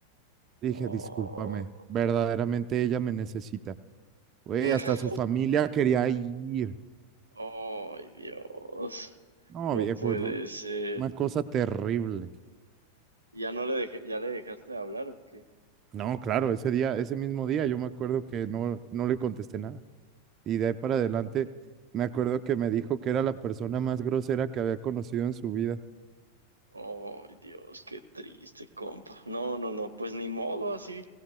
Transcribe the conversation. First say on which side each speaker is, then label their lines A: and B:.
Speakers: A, on the right; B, on the right.
A: Dije,
B: Oh.
A: discúlpame, verdaderamente ella me necesita. Güey,
B: <laughs>
A: hasta su familia quería ir.
B: Ay, Dios.
A: No,
B: No
A: viejo,
B: puede
A: no,
B: ser.
A: una cosa terrible.
B: ¿Ya no le dejé, ya le dejaste de hablar o qué?
A: No, claro, ese día, ese mismo día, yo me acuerdo que no, no le contesté nada. Y de ahí para adelante, me acuerdo que me dijo que era la persona más grosera que había conocido en su vida.
B: Ay, Dios, qué triste, compa. No, no, no, pues ni modo, así,